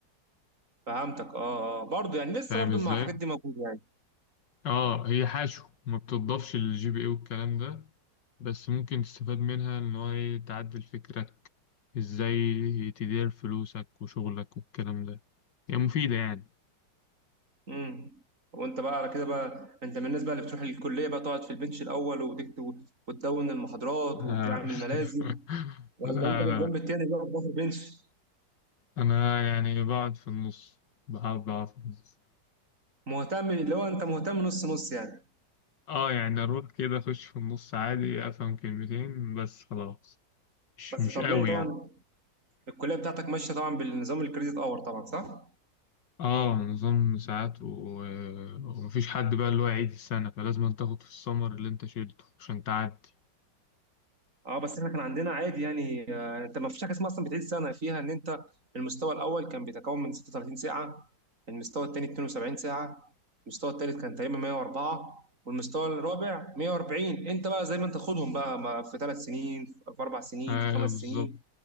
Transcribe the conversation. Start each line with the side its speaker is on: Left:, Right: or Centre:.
Right: فهمتك اه اه برضو يعني لسه
Left: فاهم
Right: برضو
Left: ازاي؟
Right: مع الحاجات دي موجوده يعني
Left: اه هي حشو ما بتضافش للجي بي اي والكلام ده بس ممكن تستفاد منها ان هو ايه تعدل فكرك ازاي تدير فلوسك وشغلك والكلام ده هي يعني مفيدة يعني
Right: امم وانت بقى على كده بقى انت من الناس بقى اللي بتروح الكليه بقى تقعد في البنش الاول وتكتب وتدون المحاضرات
Left: آه،
Right: وتعمل ملازم
Left: <laughs>
Right: ولا
Left: لا
Right: انت بالجنب
Left: لا
Right: التاني بقى بظهر بنش
Left: أنا يعني بقعد في النص بقعد بقعد في النص
Right: مهتم اللي هو انت مهتم نص نص يعني
Left: اه يعني أروح كده أخش في النص عادي أفهم كلمتين بس خلاص مش
Right: بس
Left: مش
Right: طبيعي
Left: قوي
Right: طبعا
Left: يعني
Right: الكليه بتاعتك ماشيه طبعا بالنظام الكريدت اور طبعا صح؟
Left: اه نظام ساعات و... ومفيش حد بقى اللي هو يعيد السنة فلازم أن تاخد في السمر اللي انت شيلته عشان تعدي
Right: اه بس احنا كان عندنا عادي يعني آه، انت ما فيش حاجه اسمها اصلا بتعيد سنه فيها ان انت المستوى الاول كان بيتكون من 36 ساعه المستوى الثاني 72 ساعه المستوى الثالث كان تقريبا 104 والمستوى الرابع 140 انت بقى زي ما انت خدهم بقى ما في ثلاث سنين في اربع سنين
Left: ايوه
Right: في خمس
Left: بالظبط
Right: سنين